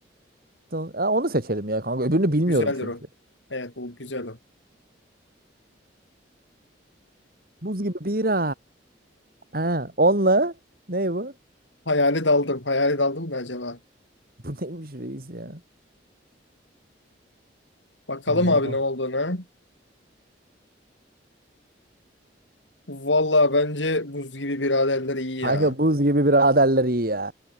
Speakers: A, on the right; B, on the left.
A: Tın- Ha, Onu seçelim ya kanka. Öbürünü bilmiyorum
B: Güzeldir
A: çünkü.
B: o. Evet bu güzel o.
A: Buz gibi bira. Ha, onunla ne bu?
B: Hayale daldım. Hayale daldım da acaba.
A: <laughs> Bu neymiş reis ya?
B: Bakalım
A: Hayalet
B: abi
A: al.
B: ne olduğunu. Valla bence buz gibi biraderler iyi
A: Kanka
B: ya.
A: buz gibi biraderler iyi ya.